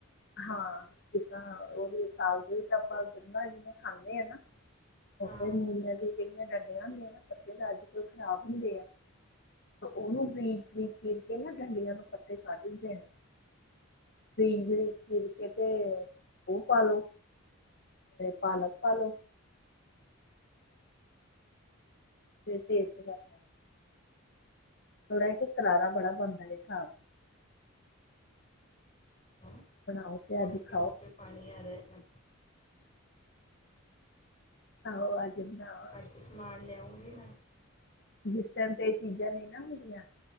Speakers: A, on the left; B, on the left.
A: ਹਾਂ ਉਹ ਸਾਗ <unintelligible> ਖਾਂਦੇ ਹ ਨਾ ਉਸੇ
B: ਹਾਂ
A: ਮੂਲੀਆਂ ਦੀ ਜਿਹੜੀਆਂ ਡੰਡੀਆਂ ਹੁੰਦੀਆਂ ਨਾ ਪੱਤੇ ਤਾਂ ਅੱਜ ਕਲ ਖ਼ਰਾਬ ਹੁੰਦੇ ਆ ਉਹਨੂੰ ਬਰੀਕ, ਬਰੀਕ ਕਰ ਕੇ ਨਾ ਡੰਡੀਆਂ ਨੂੰ ਪੱਤੇ ਕੱਢਦੇ ਨੇ <unintelligible> ਚੀਰ ਕੇ ਤੇ ਓ, ਪਾਲੋ ਪਾਲਕ ਪਾਲੋ <unintelligible> ਥੋੜਾ ਕਿ ਖਲਾਰਾ ਬੜਾ ਪੈਂਦਾ ਐ ਹਿਸਾਬ
B: ਹਾਂ
A: ਬਣਾਓ ਤੇ
B: ਸੁਣ
A: ਅਜ
B: ਕੇ
A: ਖਾਓ
B: ਮੂੰਹ ਚ ਪਾਣੀ ਆ ਰਿਹਾ ਹੈਗਾ
A: ਆਹੋ ਆਜ ਬਨਾਓ
B: ਅੱਛਾ ਸਮਾਨ ਲਿਆਉਂਗੀ ਮੈਂ
A: ਜਿਸ ਟਾਈਮ ਤੇ ਇਹ ਚੀਜ਼ਾਂ ਨਹੀਂ ਨਾ ਹੁੰਦੀਆਂ